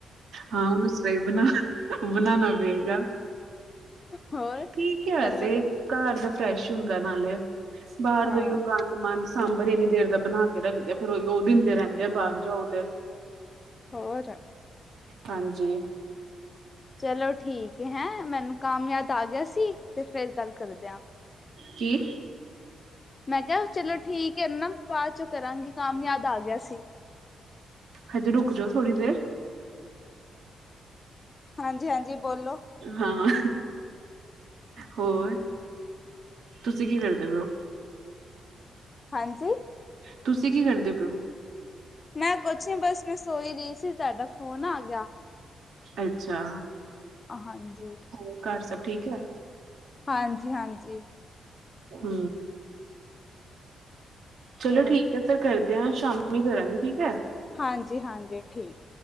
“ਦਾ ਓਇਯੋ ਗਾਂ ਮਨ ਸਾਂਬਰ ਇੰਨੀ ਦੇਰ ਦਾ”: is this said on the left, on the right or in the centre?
Right